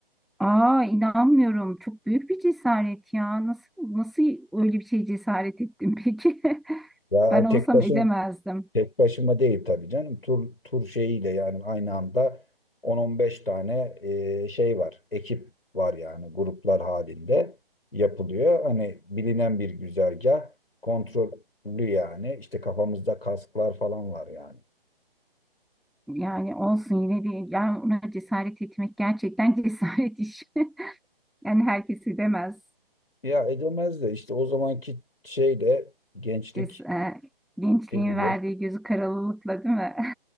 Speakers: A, in the centre; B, on the left.
A: Aa, inanmıyorum. Çok büyük bir cesaret ya. Nasıl nasıl öyle bir şey cesaret ettin peki? <laughs>
B: Ya
A: Ben olsam
B: tek başına
A: edemezdim.
B: tek başıma değil tabii canım tur tur şeyiyle yani aynı anda 10-15 tane eee, şey var ekip var yani gruplar halinde yapılıyor. Hani bilinen bir güzergah kontrollü yani işte kafamızda kasklar falan var yani.
A: Yani olsun yine de yani ona cesaret etmek gerçekten <laughs> cesaret işi. Yani herkesi demez.
B: Ya edemez de işte o zamanki şeyle gençlik
A: Ces e, gençliğin
B: şeyiyle
A: verdiği gözü karalılıkla değil mi?